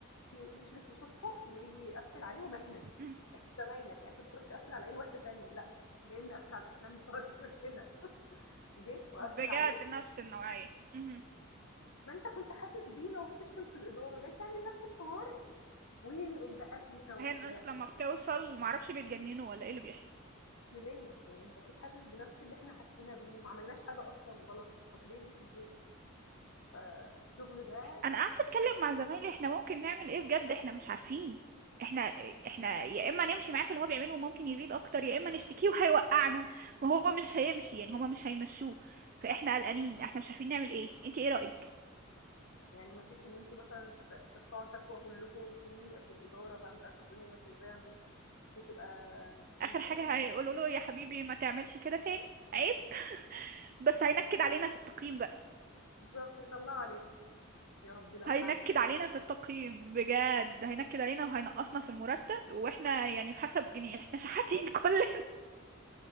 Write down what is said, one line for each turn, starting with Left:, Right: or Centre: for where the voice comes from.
Left: ي يشرف يشوفهم وييجي يقفّل عليهم إحنا،
Right: مهم.
Left: إحنا زمايلك، يعني كنت تروح تقفّل على أي واحدة تانية لأ، جاي نقفّل على الأسنان بتوع دول هنا، جِه وقفّل
Right: بجد
Left: علينا،
Right: نفس النوعية مهم.
Left: ما أنت كنت حاسس بينا وبتشتم في الإدارة، جاي تعمل نفس الحوار وينقل بقى فينا
Right: هي
Left: وبتاع،
Right: الناس لما بتوصل معرفش بيتجننوا ولا ايه اللي بيحصل
Left: أصل ليه؟ يعني أنت أكيد حاسس بنفس اللي إحنا حسينا بيه وما عملناش حاجة أصلًا غلط، طب ليه للذوق؟ فالشغل ده
Right: انا قعدت اتكلم مع زمايلي احنا ممكن نعمل ايه بجد احنا مش عارفين احنا احنا يا اما نمشي معاه في اللي هو بيعمله وممكن يزيد اكتر يا اما نشتكيه وهيوقعنا وهو مش هيمشي يعني هما مش هيمشوه فاحنا قلقانين احنا مش عارفين نعمل ايه انت ايه رأيك
Left: يعني ما فيش إن أنتم مثلًا ت ترفعوا شكوى كلّكم في في الإدارة بقى مش عارفة الدنيا ماشية إزاي عندكم وتبقى تمشّوه،
Right: اخر حاجة هيقولوا له يا حبيبي ما تعملش كده تاني عيب <laughs> بس هينكد علينا في التقييم بقى
Left: بالضبط يطلّعوا عليكم. يا ربي لأ
Right: هينكد
Left: ده عذاب.
Right: علينا في التقييم بجد هينكد علينا وهينقصنا في المرتب واحنا يعني في حسب جنيه احنا شحاتين <laughs> كلنا